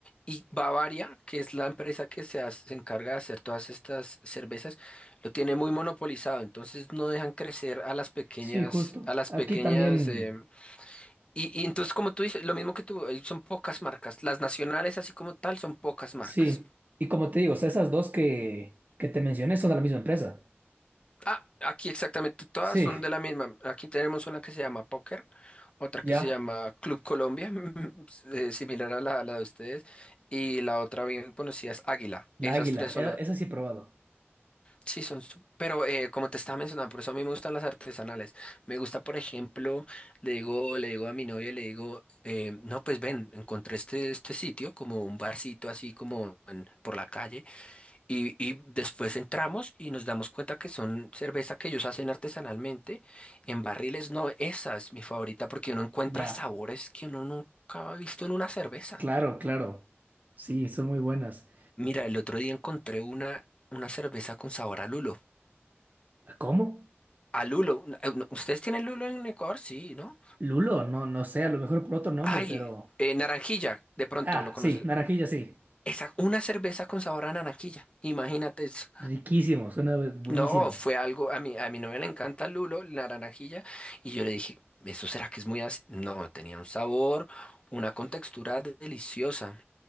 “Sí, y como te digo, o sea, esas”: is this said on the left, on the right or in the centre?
Right